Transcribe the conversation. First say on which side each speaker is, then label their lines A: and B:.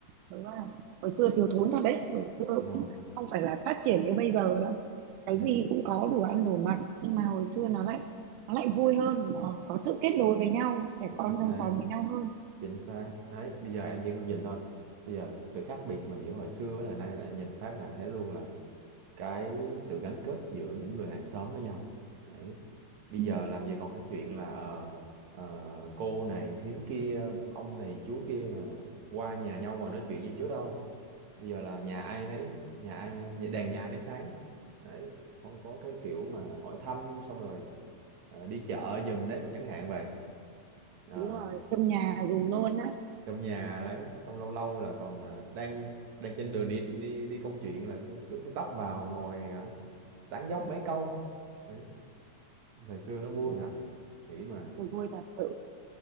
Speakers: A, on the right; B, on the right.
A: đúng không hồi xưa thiếu thốn thật đấy hồi xưa
B: đúng
A: cũng
B: rồi
A: không phải là phát triển như bây giờ đâu cái
B: ừ.
A: gì cũng có đủ ăn đủ mặc nhưng mà hồi xưa nó lại nó lại vui hơn nó có sự kết nối với nhau trẻ
B: chính
A: con
B: xác
A: trong xóm với nhau hơn
B: chính xác đấy bây giờ em chỉ cần nhìn thôi bây giờ sự khác biệt mà giữa hồi xưa với thời nay là em nhìn phát là em thấy luôn là cái sự gắn kết giữa những người hàng xóm với nhau đấy bây
A: ừ,
B: giờ làm gì còn cái chuyện là ờ, ờ, cô này thím kia ông này chú kia là qua nhà nhau rồi nói chuyện như trước đâu bây giờ là nhà ai nấy nhà ai nhà- đèn nhà nấy sáng đấy không có cái kiểu mà hỏi thăm xong rồi ờ, đi chợ giùm đấy chẳng hạn vậy Ờ
A: đúng rồi trong nhà dùng luôn á
B: trong nhà đấy xong lâu lâu là còn à, đang đang trên đường đi đi đi công chuyện là cứ, cứ phải tấp vào ngồi à, tán dóc mấy câu đấy thời xưa nó vui
A: đúng
B: thật
A: rồi
B: nghĩ mà
A: Tôi vui thật sự